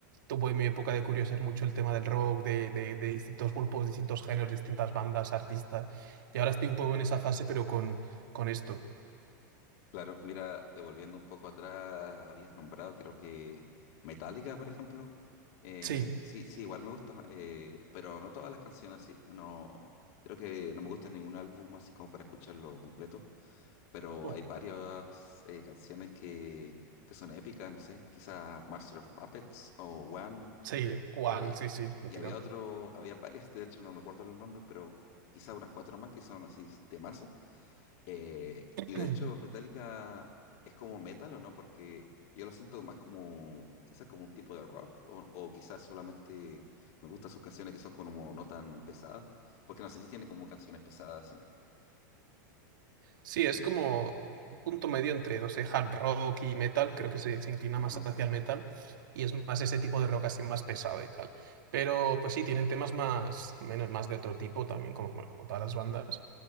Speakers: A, on the right; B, on the left.
A: Tuve en mi época de curiosidad mucho el tema del rock, de, de de distintos grupos, distintos géneros, distintas bandas, artistas. Y ahora estoy un poco en esa fase, pero con, con esto.
B: Claro, mira, eh, volviendo un poco atrás, habías nombrado, creo que Metallica, por ejemplo. Eh,
A: Sí,
B: sí, sí, igual me gusta, eh, pero no todas las canciones, sí. No, creo que no me gusta ningún álbum así como para escucharlo completo, pero
A: mm,
B: hay varias eh, canciones que, que son épicas, no sé, quizás Master of Puppets o One.
A: sí, Wang,
B: eh,
A: sí, sí, mítica.
B: y había otro, había varias, de hecho no me acuerdo los nombres, pero quizás unas cuatro más que son así temas eh,
A: <clears throat>
B: y de hecho, Metallica es como metal o no, porque yo lo siento más como, quizás como un tipo de rock, o, o quizás solamente me gustan sus canciones que son como no tan pesadas, porque no sé si tiene como canciones pesadas, sí.
A: Sí, es
B: Eh,
A: como un punto medio entre, no sé, hard rock y metal, creo que se, se inclina
B: ajá,
A: más hacia el metal y es más ese tipo de rock así más pesado y tal. Pero pues sí, tienen temas más, menos, más de otro tipo también, como, bueno, como todas las bandas.